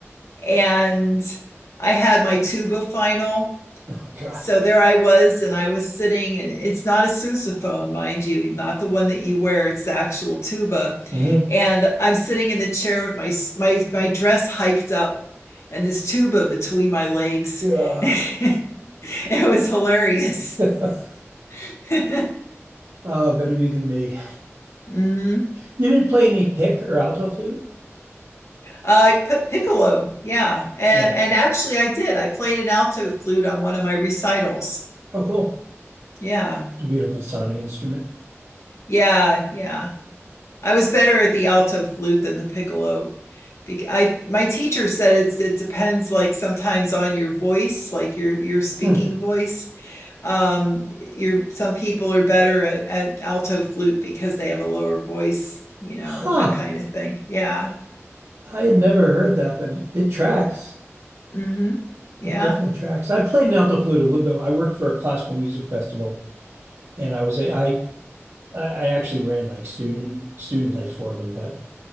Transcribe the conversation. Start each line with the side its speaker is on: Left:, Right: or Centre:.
Left: And I had my tuba final.
Right: Oh God.
Left: So there I was, and I was sitting, and it's not a sousaphone, mind you, not the one that you wear. It's the actual tuba,
Right: Mhm.
Left: and I'm sitting in the chair with my my my dress hiked up and this tuba between my legs.
Right: God.
Left: <laughs> it was hilarious.
Right: <laughs>
Left: <laughs>
Right: Oh, better you than me.
Left: Mm-hmm.
Right: You didn't play any pick or alto flute?
Left: Uh, p- piccolo, yeah, and,
Right: Yeah.
Left: and actually, I did. I played an alto flute on one of my recitals.
Right: Oh, cool.
Left: Yeah,
Right: It's a beautiful sounding instrument.
Left: yeah, yeah. I was better at the alto flute than the piccolo. Bec- I my teacher said it's it depends like sometimes on your voice, like your your speaking
Right: Hmm.
Left: voice. Um, your some people are better at, at alto flute because they have a lower voice, you
Right: Huh.
Left: know, that kind of thing. Yeah.
Right: I had never heard that, but it, it tracks.
Left: Mm-hmm. Yeah.
Right: It definitely tracks. I played an alto flute a little bit. I worked for a classical music festival, and I was a I I I actually ran like student student life for them, but